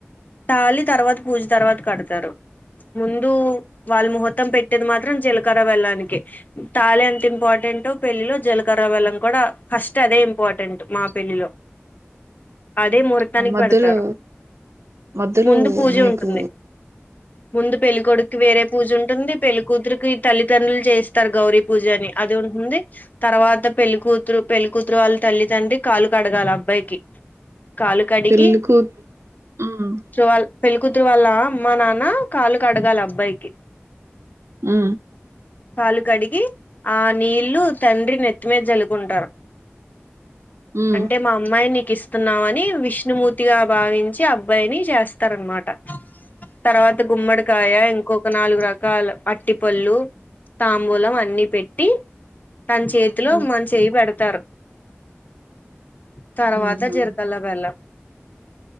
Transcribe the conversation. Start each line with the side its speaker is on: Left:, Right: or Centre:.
Left: తాలి తర్వాత పూజ తర్వాత కడతారు ముందు వాళ్ళు ముహూర్తం పెట్టేది మాత్రం జీలకర్ర బెల్లానికి తాలి అంత ఇంపార్టెంట్ ఇంపార్టెంట్ పెళ్ళలిలో జీలకర్ర బెల్లం కూడా ఫస్ట్ అదే ఇంపార్టెంట్ మా పెళ్లిలో
Right: <inaudible>
Left: అదే ముహూర్తానికి
Right: ఆ మధ్యలో
Left: పెడతారు
Right: మధ్యలో
Left: ముందు పూజ
Right: మీకు
Left: ఉంటుంది ముందు పెళ్ళికొడుకి వేరే పూజ ఉంటుంది పె పెళ్లికూతురుకి తల్లిదండ్రులు చేస్తారు గౌరీ పూజ అని అది ఉంటుంది తర్వాత పెళ్లికూతురు పెళ్ళకూతురు వాళ్ళు తల్లి తండ్రి కాలు కడగాలలి అబ్బాయికి
Right: <inaudible>
Left: కాలు కడిగి
Right: పెళ్ళికూ ఉమ్
Left: చవాల పెళ్ళ కూతురు వాళ్ళ అమ్మా నాన్న కాళ్లు క అడగాలి అబ్బాయికి
Right: హూ
Left: కాలు కడిగి ఆ నీళ్లు తండ్రి నెత్తిమేద జలుకుంటారు
Right: ఉమ్
Left: అంటే మా అమ్మాయి నీకు ఇస్తున్నావ అని విష్ణుమూర్తిగా భావించ చ్చి అబ్బాయిని చేస్తారనమాట తర్వాత గుమ్మడికాయ ఇంకొక నాలుగు రక ల అరటిపళ్ళు తాంబూలం అన్ని పెట్టి తన చేతిలో
Right: ఉమ్
Left: మ చేయి పెడతారు తర్వాత
Right: ఉమ్ ఉమ్
Left: జరకాల బెల్లం